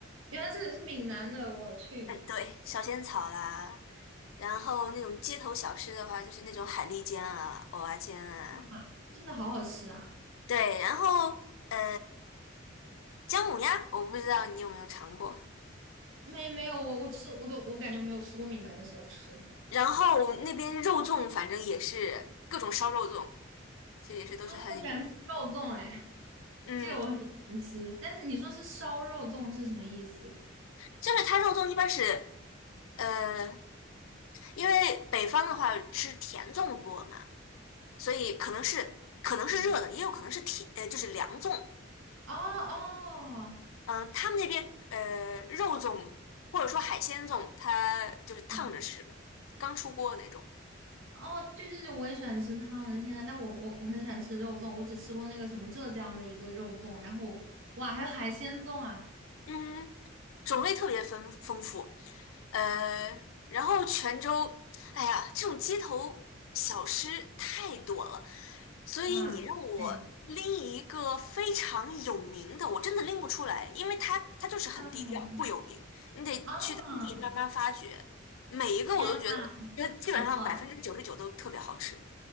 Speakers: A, on the right; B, on the left.
A: 原来这里是闽南的，我去，
B: 哎，对，小仙草啦，然后那种街头小吃的话，就是那种海蛎煎啊、蚵仔煎啊，
A: 啊，听着好好吃啊。
B: 对，然后呃，姜母鸭，我不知道你有没有尝过。
A: 没没有，我我吃我都我感觉我没有吃过闽南的小吃
B: 然后那边肉粽，反正也是各种烧肉粽，其实也是都是很有名。
A: 啊，我喜欢吃肉粽，哎，
B: 嗯，
A: 这个我很喜欢吃。但是你说是烧肉粽是什么意思？
B: 就是它肉粽一般是呃，因为北方的话吃甜粽多嘛，所以可能是可能是热的，
A: 啊，
B: 也有可能是甜呃就是凉粽，
A: 哦哦，
B: 嗯、他们那边呃肉粽或者说海鲜粽，它就是烫着吃嘛，
A: 哦
B: 刚出锅的那种。
A: 哦，对对对，我也喜欢吃烫的，天呐，但我我我很喜欢吃肉粽，我只吃过那个什么浙江的一个肉粽，然后哇，还有海鲜粽啊，
B: 嗯，种类特别丰丰富。呃，然后泉州，哎呀，这种街头小吃太多了，所以你让我拎一个非常有名的，
A: 哇塞，
B: 我真的拎不出来，因为它它就是很低调，
A: 嗯
B: 不有名，你得去当地慢慢发掘。
A: 啊，
B: 每一个我都觉得，
A: 天呐，
B: 觉得基本上百分之九十九都特别好吃。
A: 不错，